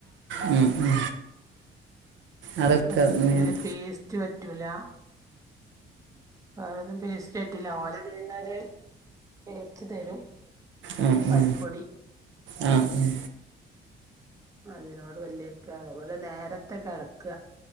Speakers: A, on the right (about 70°); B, on the right (about 15°).
A: ഉം, ഉം. അതൊക്കെ
B: അങ്ങനത്തെ
A: നേ-
B: പിന്നെ പേസ്റ്റ് പറ്റൂല വേറെതും പേസ്റ്റ് പറ്റില്ല ഓലതീന്നൊരു പേസ്റ്റ് തരും
A: ഉം,
B: പൽപ്പൊടി
A: ഉം. ആ, ഉം.
B: അതിനോട് പല്ലേക്ക അതേപോലെ നേരത്തെ കെടക്ക